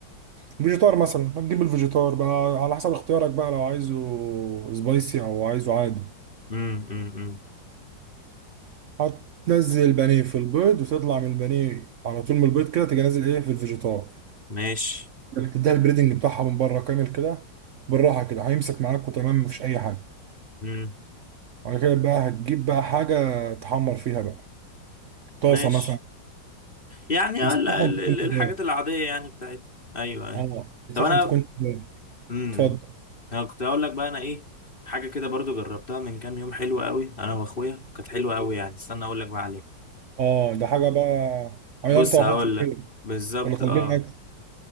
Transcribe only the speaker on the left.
امم
ماشي
امم
ماشي
يعني
آه، ال- ال-
ال-
الحاجات العادية يعني بتاعت ايوه ايوه
طب انا
امم
انا كنت اقول لك بقى انا ايه حاجة كده برضو جربتها من كام يوم حلوة قوي انا واخويا كانت حلوة قوي يعني استنى اقول لك بقى عليها
بص
هقول
لك بالظبط
اه